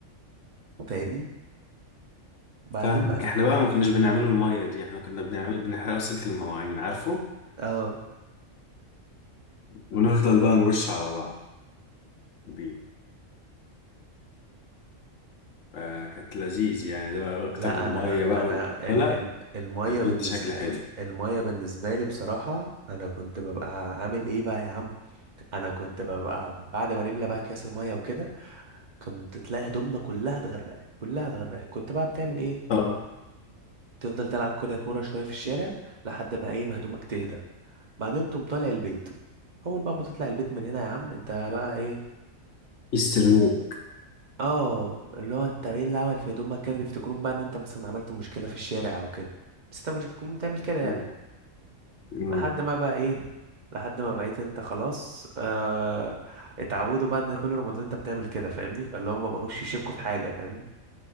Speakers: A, on the right; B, on the left.
A: فاهمني بعدين
B: فاهمك
A: بقى
B: احنا بقى ما كناش بنعمله المية دي احنا كنا بنعمل بنحرقه سلك المواعين عارفه
A: اه
B: ونفضل بقى نرش على بعض بيه آه كانت لذيذ يعني ده بقى اكتر
A: لا
B: من
A: انا
B: مية بقى
A: انا
B: والبقتلة
A: ال- الميه
B: كان بيدي
A: بالنسبه
B: شكل حلو
A: الميه بالنسبه لي بصراحه انا كنت ببقى عامل ايه بقى يا عم انا كنت ببقى بعد ما نملى بقى اكياس الميه وكده كنت تلاقي هدومنا كلها اتغرقت كلها اتغرقت كنت بقى بتعمل ايه
B: طب
A: تفضل تلعب كده كوره شويه في الشارع لحد ما ايه ما هدومك تهدى بعدين تقوم طالع البيت اول بقى ما تطلع البيت من هنا يا عم انت بقى ايه
B: يستلموك
A: اه اللي هو انت ايه اللي عمل في هدومك كده بيفتكروك بقى ان انت مثلا عملت مشكله في الشارع او كده بس انت ما كنتش بتكون بتعمل كده يعني
B: مم. مم.
A: لحد ما بقى ايه لحد ما بقيت انت خلاص آه اتعودوا بقى ان كل رمضان انت بتعمل كده فاهمني فاللي هم بقوش يشكوا في حاجه فاهمني